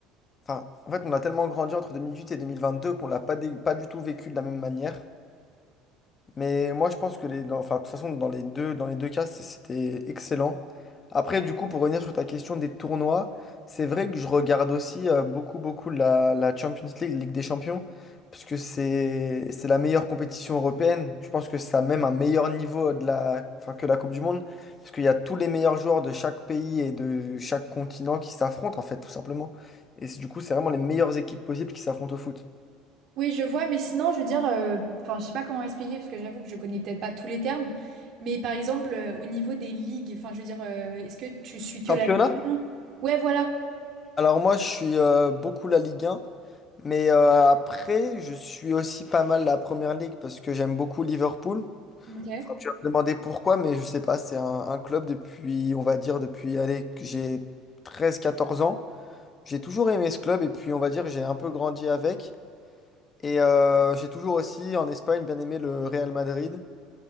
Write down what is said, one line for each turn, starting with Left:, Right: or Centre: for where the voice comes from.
Left: Enfin, en fait, on a tellement grandi entre 2018 et 2022 qu'on l'a pas, dé- pas du tout vécu de la même manière. Mais moi, je pense que les, dans- enfin, de toute façon, dans les deux, dans les deux cas, c- c'était excellent. Après, du coup, pour revenir sur ta question des tournois, c'est vrai que je regarde aussi euh, beaucoup, beaucoup la, la Champions League, Ligue des Champions, parce que c'est, c'est la meilleure compétition européenne. Je pense que ça a même un meilleur niveau de la, enfin, que la Coupe du Monde, parce qu'il y a tous les meilleurs joueurs de chaque pays et de chaque continent qui s'affrontent, en fait, tout simplement. Et c'est- du coup, c'est vraiment les meilleures équipes possibles qui s'affrontent au foot.
Right: Oui, je vois, mais sinon, je veux dire, euh, enfin, je sais pas comment expliquer parce que j'avoue que je connais peut-être pas tous les termes, mais par exemple euh, au niveau des ligues, enfin, je veux dire, euh, est-ce que tu suis que
Left: Championnat?
Right: la Ligue 1? Ouais, voilà.
Left: Alors moi, je suis euh, beaucoup la Ligue 1. Mais euh, après, je suis aussi pas mal la Première Ligue parce que j'aime beaucoup Liverpool.
Right: Ok.
Left: Enfin, tu vas me demander pourquoi, mais je sais pas, c'est un, un club depuis, on va dire, depuis, allez, que j'ai treize, quatorze ans. J'ai toujours aimé ce club et puis, on va dire, j'ai un peu grandi avec. Et euh, j'ai toujours aussi, en Espagne, bien aimé le Real Madrid.